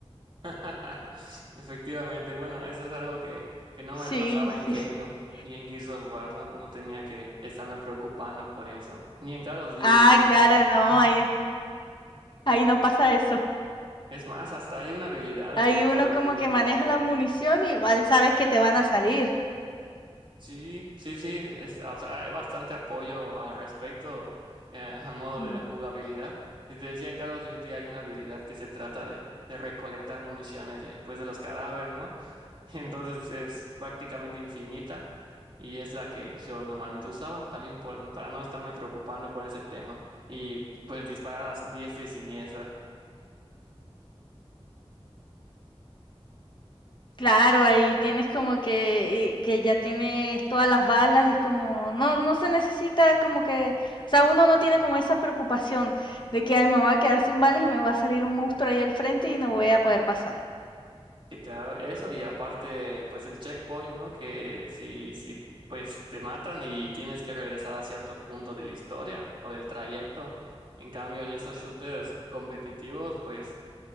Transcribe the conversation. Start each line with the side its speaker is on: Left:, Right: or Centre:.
Right: <laughs> Efectivamente, bueno, eso es algo que, que no me
Left: Sí,
Right: pasaba
Left: sí.
Right: en Halo
Left: <laughs>
Right: ni en Gears of War, no, no tenía que estarme preocupando por eso, ni en Call of Duty.
Left: Ah, claro, no,
Right: <laughs>
Left: ahí, ahí no pasa eso.
Right: Es más, hasta hay una habilidad
Left: Ahí
Right: en el
Left: uno
Right: Call of
Left: como
Right: Duty
Left: que
Right: Mobile
Left: maneja la munición, igual sabes que te van a salir.
Right: Sí, sí, sí, es- o sea, hay bastante apoyo al respecto eh, a modo
Left: Mm.
Right: de la jugabilidad. Y te decía, en Call of Duty hay una habilidad que se trata de, de recolectar municiones de, pues, de los cadáveres, ¿no? <laughs> Entonces es prácticamente infinita y es la que yo normalmente usaba también por- para no estarme preocupando por ese tema y pues disparar a diestra y siniestra.
Left: Claro, ahí tienes como que, eh, que ya tienes todas las balas, es como, no, no se necesita como que, o sea, uno no tiene como esa preocupación de que ay, me voy a quedar sin balas y me va a salir un monstruo ahí al frente y no voy a poder pasar.
Right: Sí, claro, eso y aparte, pues el checkpoint, ¿no? Que si, si, pues te matan y tienes que regresar a cierto punto de la historia o del trayecto. En cambio, en esos shooters competitivos, pues